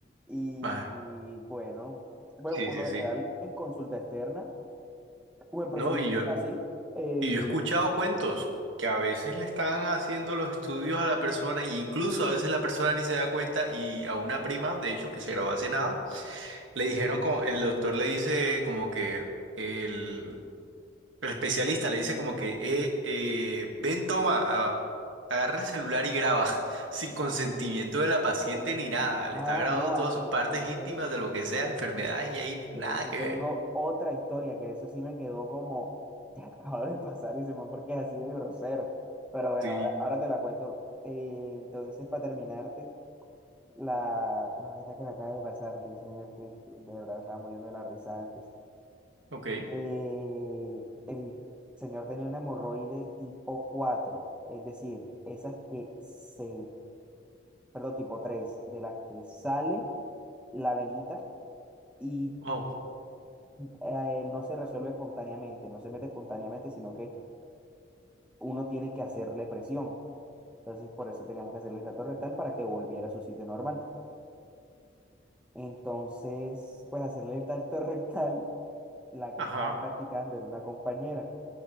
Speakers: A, in the centre; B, on the right.
A: Y,
B: ah,
A: y bueno, bueno,
B: sí,
A: por
B: sí,
A: lo
B: sí.
A: general en consulta externa o en procedimientos
B: No, y yo,
A: así, es...
B: Y yo he escuchado cuentos que a veces le están haciendo los estudios a la persona y incluso a veces la persona ni se da cuenta y a una prima, de hecho, que se graduó hace nada, le dijeron como, el doctor le dice como que el, el especialista le dice como que, eh, eh, ven, toma, a- agarra el celular y graba <laughs> sin consentimiento de la paciente ni nada, le
A: Ah,
B: está grabando
A: no,
B: todas
A: a-
B: sus
A: eh,
B: partes
A: de
B: íntimas
A: eso,
B: de lo que sea, enfermedades y ahí nada
A: de eso
B: que
A: tengo
B: ver.
A: otra historia, que eso sí me quedó como que <laughs> acaba de pasar y se me porque es así de grosero. Pero bueno,
B: Sí,
A: ahora, ahora te la cuento. Eh, entonces, para terminarte, la, la vaina que me acaba de pasar, Dios mío, es que de verdad me estaba muriendo de la risa antes.
B: ok.
A: Eh, el señor tenía un hemorroide tipo cuatro es decir, esas que se, perdón, tipo tres de las que sale la venita. y
B: Oh,
A: eh, no se resuelve espontáneamente, no se mete espontáneamente, sino que uno tiene que hacerle presión. Entonces, por eso teníamos que hacerle el tacto rectal para que volviera a su sitio normal. Entonces, pues hacerle el tacto <laughs> rectal, la que
B: ajá,
A: estaba practicando era una compañera.